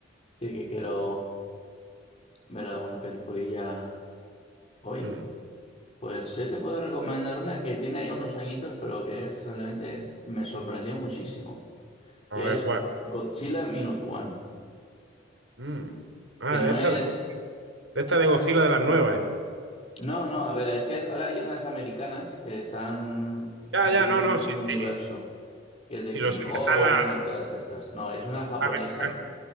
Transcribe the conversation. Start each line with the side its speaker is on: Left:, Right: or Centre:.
Left: sí que quiero ver alguna peliculilla hoy.
Right: Hmm.
Left: Pues sí te puedo recomendar una que tiene ya unos añitos, pero que es realmente me sorprendió muchísimo,
Right: A
Left: que
Right: ver,
Left: es
Right: ¿cuál?
Left: Godzilla Minus One,
Right: Hmm. Ah,
Left: que no
Right: de esta
Left: es
Right: de, de esta de Godzilla de las nuevas. eh.
Left: No, no, a ver, es que ahora hay unas americanas que están
Right: Ya,
Left: haciendo
Right: ya, no,
Left: un,
Right: no, sí,
Left: un universo
Right: sí.
Left: que es de
Right: Sí,
Left: King
Right: lo sé
Left: Kong
Right: que están las
Left: y todas estas. No, es una japonesa,
Right: americanas.